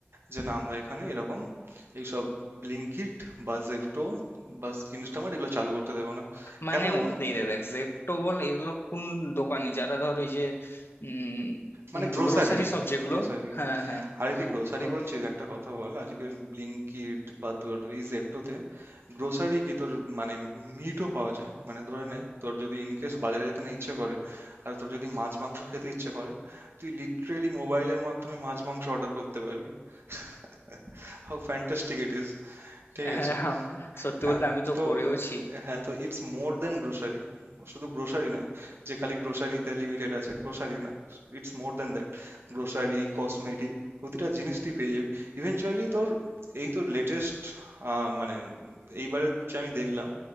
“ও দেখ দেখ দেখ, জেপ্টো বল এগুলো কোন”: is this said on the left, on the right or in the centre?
Left